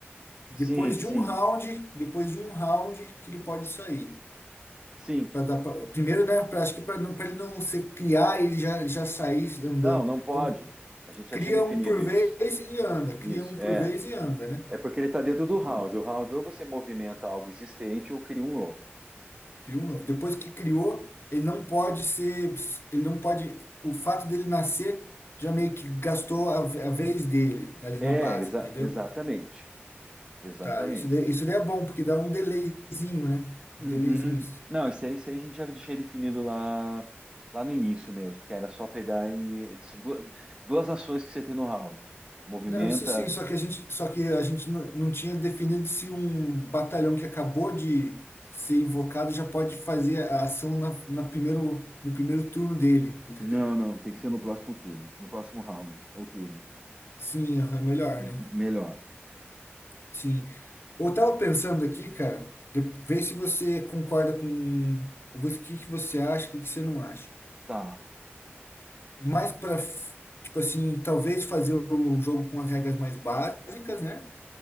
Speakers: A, on the left; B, on the right.
A: Depois
B: Sim, sim,
A: de um round, depois de um round que ele pode sair.
B: sim.
A: Pra dar pra- primeiro, né? Pra, acho que para ele não se criar, ele já, já sair andando.
B: Não, não pode.
A: Então,
B: A gente
A: cria
B: já tinha definido
A: um por
B: isso.
A: vez e anda, cria
B: Isso,
A: um por
B: é.
A: vez e anda, né?
B: É porque ele está dentro do round. O round ou você movimenta algo existente ou cria um novo.
A: Criou um novo. Depois que criou, ele não pode ser, ele não pode, o fato dele nascer já meio que gastou a, a vez dele ali
B: É,
A: na base,
B: exa-
A: entendeu?
B: exatamente. Exatamente.
A: Tá, isso daí, isso daí é bom, porque dá um delayzinho, né?
B: Uhum.
A: Um delayzinho.
B: Não, isso aí, isso aí a gente já tinha definido lá, lá no início mesmo, que era só pegar e. Duas, duas ações que você tem no round. Movimenta.
A: Não, isso sim, só que a gente, só que a gente não, não tinha definido se um batalhão que acabou de ser invocado já pode fazer a ação na, na primeiro, no primeiro turno dele, entendeu?
B: Não, não, tem que ser no próximo turno. No próximo round ou turno.
A: Sim, aham, melhor,
B: Uhum,
A: né?
B: Melhor.
A: Sim. Eu tava pensando aqui, cara, de- vê se você concorda com o que que você acha, o que que você não acha.
B: Tá.
A: Mais para, tipo assim, talvez fazer o jogo com as regras mais básicas, né?